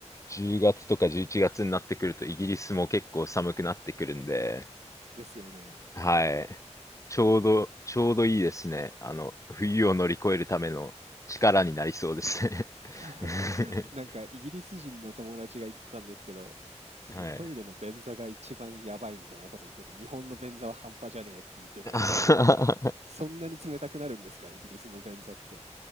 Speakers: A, on the left; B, on the right.
A: 10月とか11月になってくるとイギリスも結構寒くなってくるんで、
B: ですよね。
A: はい。ちょうど、ちょうどいいですね。あの、冬を乗り越えるための力になりそうですね。
B: <laughs>
A: <laughs>
B: なんかイギリス人の友達が言ってたんですけど、そのトイレの便座が一番やばいみたいなこと言ってて、
A: はい。
B: 日本の便座は半端じゃねえって言ってたんですけど、
A: <laughs>
B: そんなに冷たくなるんですか、イギリスの便座って。